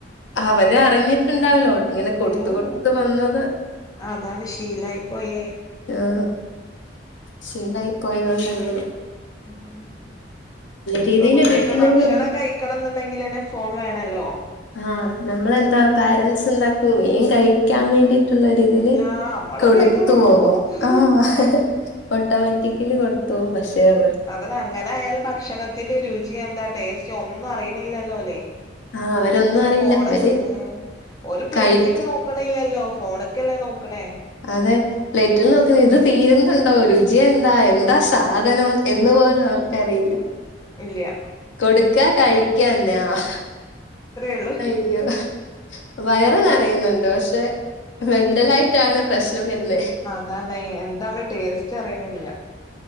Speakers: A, on the left (about 85°); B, on the left (about 20°).
A: അവര് അറിഞ്ഞിട്ടുണ്ടാവിലാ ഇങ്ങനെ കൊടുത്ത്
B: ഉം
A: കൊടുത്ത് വന്നത്.
B: അതാണ് ശീലായി പോയേ
A: ആ ശീലായി പോയത്കൊണ്ടങ്ങനെ.
B: എന്ത്ണ്,
A: രീതിയിൽ
B: ഇപ്പൊ കുട്ടിയ്ക്ക്
A: ഉപയോഗിക്കുന്നവരുണ്ട്
B: ഭക്ഷണം കഴി ക്കണം എന്നുണ്ടെങ്കിൽ തന്നെ ഫോൺ വേണല്ലോ
A: ആഹ് നമ്മളെന്താ പാരൻറ്സ് എന്താക്കും വേം കഴിക്കാൻ വേണ്ടി ട്ടുള്ളൊരീതിൽ
B: ആ നമ്മളും
A: കൊടുത്തു
B: വേഗം കൊടുക്കും
A: പോകും ആഹ. ഓട്ടോമറ്റിക്കലി കൊടുത്തു പോകും പക്ഷേ അവർ
B: അതന് അങ്ങനെ ആയാൽ ഭക്ഷണത്തിന്റെ രുചിയ എന്താ ടേസ്റ്റ് ഒന്നും അറിയണില്ലല്ലോല്ലേ ഒ
A: ആഹ് അവരൊന്നും
B: ാല്. ഓന
A: അറിയില്ല
B: ഫോണ്
A: അവര്
B: ങ്ങ് ഒ ാൽ പ്ലയിറ്റ്ക്ക്
A: കഴിക്കുന്നു
B: നോക്ക ക്കണില്ലല്ലോ ഫോണൊക്കെല്ലേ നോക്കണേ.
A: അതെ പ്ലേറ്റിൽ നോക്കിന്ന് ഇത് തീരുന്നു ണ്ടൊ രുചി എന്താ എന്താ സാധനം എന്ന് പോലും അവർക്കറിയില്ല.
B: ഇല്ല്യ
A: കൊടുക്ക കഴിക്കന്നെയാ ആഹ്
B: ഉള്ളൂ
A: അയ്യോ വയറ് നിറയുന്നുണ്ട്. പക്ഷേ മെന്റലായിട്ടാണ് പ്രശ്നം വരുന്നെ
B: ന്താണ് എന്താണ് ടേസ്റ്റ് അറിയ് ണില്ല.